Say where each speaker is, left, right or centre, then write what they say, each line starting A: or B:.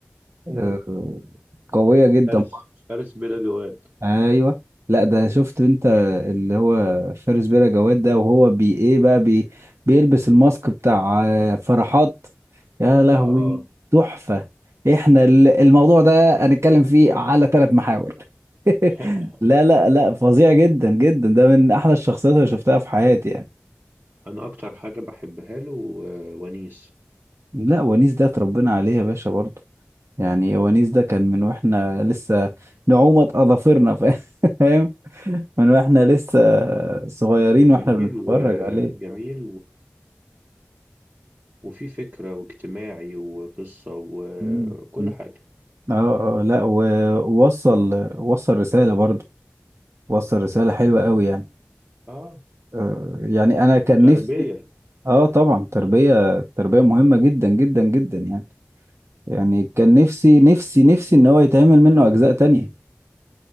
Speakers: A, on the right (about 80°); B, on the right (about 45°).
A: آه،
B: مم.
A: قوية جدا
B: فارس
A: برضه
B: فارس بلا جواد
A: أيوه لا ده شفت أنت اللي هو فارس بلا جواد ده وهو بي إيه بقى بي بيلبس الماسك بتاع آه، فرحات يا لهوي
B: اه
A: تحفة إحنا ال- الموضوع ده هنتكلم فيه على ثلاث محاور <laughs>
B: <laughs>
A: لا لا لا فظيع جدا جدا ده من أحلى الشخصيات اللي شفتها في حياتي يعني
B: أنا أكتر حاجة بحبها له آه، ونيس
A: لا ونيس ده اتربينا عليه يا باشا برضه يعني ونيس ده كان من واحنا لسه نعومة اظافرنا فا- <laughs> فاهم من واحنا لسه صغيرين
B: جميل
A: واحنا بنتفرج
B: وجميل
A: عليه
B: وفي فكرة واجتماعي وقصة وكل
A: مم. مم.
B: حاجة
A: اه اه لا ووصل وصل رسالة برضو وصل رسالة حلوة قوي يعني
B: اه
A: آه، يعني انا كان
B: وتربية
A: نفسي اه طبعا تربية تربية مهمة جدا جدا جدا يعني يعني كان نفسي نفسي نفسي ان هو يتعمل منه اجزاء تانية